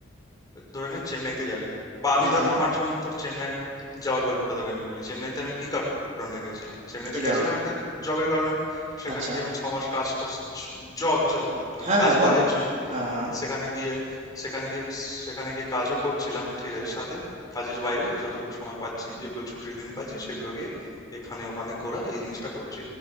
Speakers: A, on the left; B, on the right.
A: ধরে নে চেন্নাইতে যাবি বা আমি
B: হুম
A: ধর
B: হুম
A: আমার যেমন ধর চেন্নাই যাওয়ার গল্পটা তোকে আমি বলি চেন্নাইতে আমি কি কারণে গেছিলাম চেন্নাইতে
B: কি
A: গেছিলাম
B: কারণে
A: একটা জবের কারণে সেখানে
B: আচ্ছা
A: গিয়ে আমি ছ মাস কাজ জব জব মানে
B: হ্যাঁ,
A: কাজে
B: হ্যাঁ, বল।
A: কাজের জন্য
B: হ্যাঁ, হ্যাঁ।
A: সেখানে গিয়ে সেখানে গিয়ে সেখানে গিয়ে কাজও করছিলাম ঠিক আছে সাথে কাজের বাইরে যতটুকু সময় পাচ্ছি যেগুলো ছুটির দিন পাচ্ছি সেগুলো গিয়ে এখানে ওখানে ঘোরা এই জিনিসটা করছি